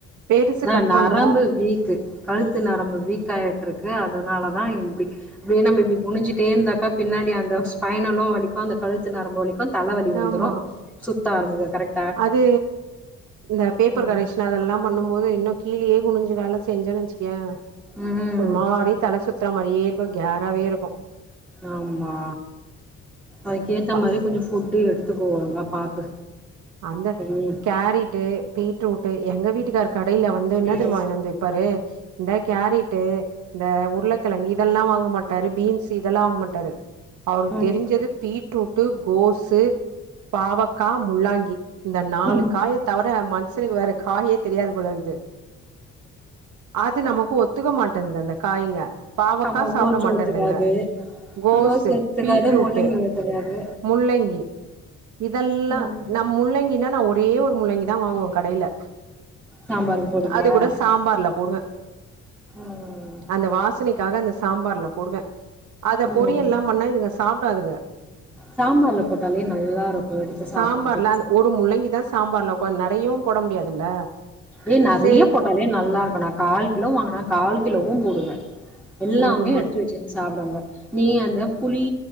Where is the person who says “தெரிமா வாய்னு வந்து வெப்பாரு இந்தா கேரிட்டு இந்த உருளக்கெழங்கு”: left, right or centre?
Right